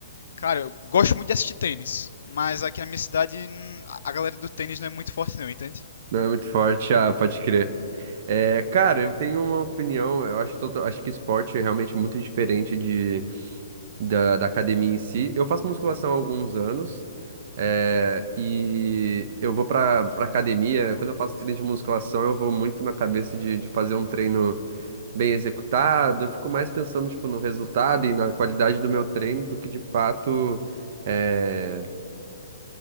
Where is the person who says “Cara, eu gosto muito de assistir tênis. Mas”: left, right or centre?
Left